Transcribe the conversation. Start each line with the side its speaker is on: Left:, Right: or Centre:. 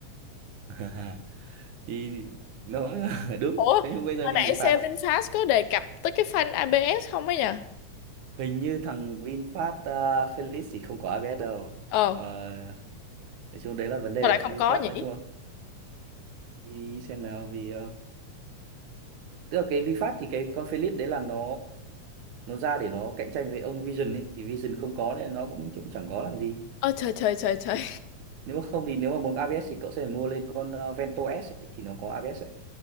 Right: <laughs> thì nó <laughs> đúng
Left: Ủa,
Right: thế nhưng bây giờ
Left: hồi
Right: thì
Left: nãy
Right: bị phạt
Left: Seven Fast có đề cập tới cái phanh ABS không ấy nhỉ?
Right: hình như thằng VinFast à, Felix thì không có ABS đâu
Left: Ờ,
Right: Ờ, nói chung đấy là vấn đề
Left: sao lại
Right: đấy
Left: không
Right: VinFast
Left: có nhỉ?
Right: nói chung là đi xem nào vì tức là cái VinFast thì cái con Felix đấy là nó nó ra để nó cạnh tranh với ông Vision ấy thì Vision không có nên nó cũng cũng chẳng có làm gì
Left: Ơ trời trời trời trời.
Right: nếu mà không thì nếu mà muốn ABS thì cậu sẽ phải mua lên con ờ, Vento S ấy, thì nó có ABS ấy.